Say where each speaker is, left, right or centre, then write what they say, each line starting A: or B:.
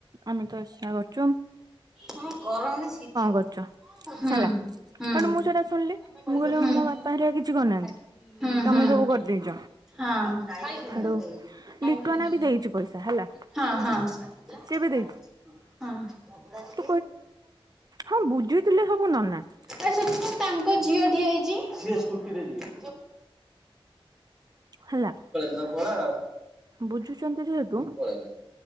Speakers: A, on the right; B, in the centre.
A: ଆମେ ତ ଏସା କରୁଚୁ।
B: ଆମ ଗରମରେ
A: କରୁଛ
B: ସିଜିଗଲୁଣି
A: ହେଲା ସେଠୁ
B: ହୁଁ
A: ମୁଁ ସେଇଟା ଶୁଣିଲି ମୁଁ
B: ହୁଁ।
A: କହିଲି ମୋ ବାପା ହେରିକା
B: ହୁଁ
A: କିଛି କରିନାହାନ୍ତି
B: ହୁଁ
A: ତମେ ସବୁ କରିଦେଇଛ
B: ହୁଁ ହଁ।
A: ସେଠୁ
B: ହଁ
A: ଲିଟୁଆନା ବି ଦେଇଛି
B: ହଁ
A: ପଇସା ହେଲା
B: ହଁ।
A: ସିଏ
B: ଝଗଡ଼ା
A: ବି ଦେଇଛି
B: ଯେମିତି
A: ତୁ ହଁ ବୁଝୁଥିଲେ ସବୁ ନନା।
B: ଆ ସେଠି କଣ ତାଙ୍କ ଝିଅ ଠିଆ ହେଇଛି। ସମସ୍ତେ ପଳେଇନି
A: ହେଲା
B: ତମ ପଳାଅ।
A: ବୁଝୁଛନ୍ତି ଯେହେତୁ
B: ଳଣିଁା